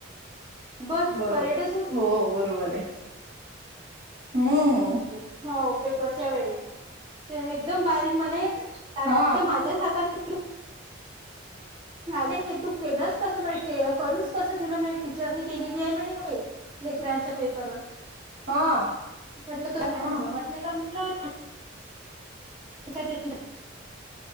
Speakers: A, on the right (about 25°); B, on the right (about 50°).
A: बस
B: बरो
A: परेडच होती
B: हो बरोबर आहे हम्.
A: हो पेपरच्या वेळे एकदम बारीक म्हने
B: हा
A: माझ्या हातात. ले हे तू केलंस कसं माहि करूस कसं दिलं माहि. टीचरने केलेली आहे म्ह हे लेकरांच्या पेपरवर.
B: हा.
A: टीचर ला तुमला
B: हा
A: काय जमत नाही का म्हटलं. का. <inaudible>